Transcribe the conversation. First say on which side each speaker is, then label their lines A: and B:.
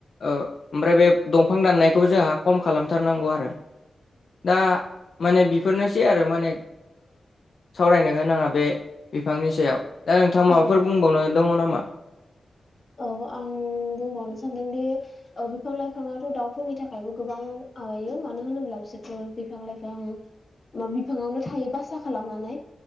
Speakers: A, on the left (about 65°); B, on the left (about 45°).
A: ओमफ्राय बे दंफां दाननायखौ जोंहा खम खालामथारनांगौ आरो दा माने बिफोरनोसै आरो माने सावरायनो गोनाङा बे बिफांनि सायाव दा नोंथांङा
B: औ
A: माबाफोर बुंबावनो दङ नामा?
B: औ आं बुंबावनो सानदोंदि बिफां लाइफाङाथ' दाउफोरनि थाखायबो गोबां माबायो मानो होनोब्ला बिसोरथ' बिफां लाइफां मा बिफाङावनो थायो बासा खालामनानै।